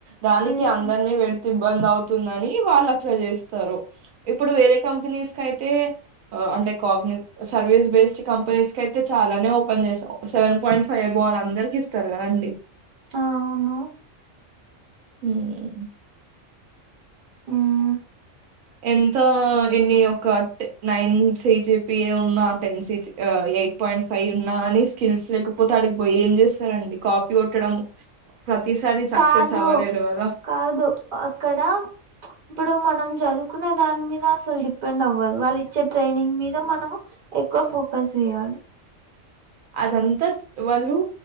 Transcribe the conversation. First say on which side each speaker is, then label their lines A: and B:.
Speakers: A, on the right; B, on the right.
A: దానికి
B: ఉహు
A: అందరినీ పెడితే ఇబ్బంది అవుతుందని వాళ్ళు అట్లా చేస్తారు ఇప్పుడు వేరే కంపెనీస్ కి అయితే అంటే కాగ్ని సర్వీస్ బేస్డ్ కంపెనీస్ కి అయితే చాలానే ఓపెన్ చేస్తాం సెవెన్ పాయింట్ ఫైవ్ వాళ్ళ అందరికి ఇస్తారు కదండి
B: అ అవును
A: హమ్
B: ఆమ్
A: ఎంత ఎన్నియో కార్కెట్ ఎ నైన్ సిజిపి ఉన్నా ten C G eight point five ఉన్నా అని స్కిల్స్ లేకపోతే అడికి ఏం చేస్తారండి కాపీ కొట్టడం ప్రతిసారి సక్సెస్
B: కాదు
A: అవ్వలేరు కదా!
B: కాదు అక్కడ ఇప్పుడు మనం చదువుకునే దాని మీద అసలు డిపెండ్ అవ్వదు వాళ్ళు ఇచ్చే ట్రైనింగ్ మీద మనం ఎక్కువ ఫోకస్ చేయాలి
A: అదంతా వాళ్ళు